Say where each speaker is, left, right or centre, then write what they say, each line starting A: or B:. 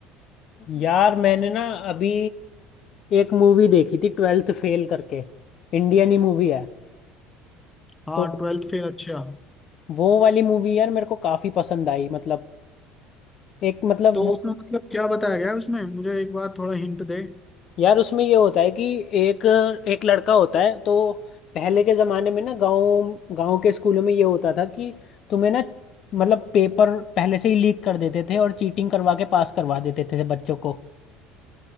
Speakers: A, on the left; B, on the left.
A: यार मैंने ना अभी एक मूवी देखी थी ट्वेल्थ फेल करके इंडियन ही मूवी है
B: हाँ
A: तो
B: ट्वेल्थ फेल अच्छा
A: वो वाली मूवी यार मेरे को काफी पसंद आई मतलब एक मतलब
B: तो
A: वो
B: उसमें मतलब क्या बताया गया है उसमें मुझे एक बार थोड़ा हिंट दे
A: यार उसमें ये होता है कि एक एक लड़का होता है तो पहले के जमाने में ना गांव गांव के स्कूलों में ये होता था कि तुम्हें ना मतलब पेपर पहले से ही लीक कर देते थे और चीटिंग करवा के पास करवा देते थे बच्चों को